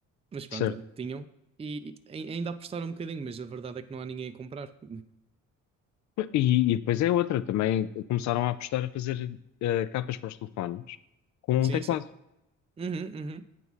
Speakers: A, on the right (about 20°); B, on the left (about 70°).
A: Mas pronto,
B: Certo.
A: olha, tinham. E, e ai- ainda apostaram um bocadinho, mas a verdade é que não há ninguém a comprar. <laughs>
B: E, e depois é outra, também começaram a apostar a fazer eh, capas para os telefones com
A: Sim,
B: um teclado.
A: sim. Uhum, uhum.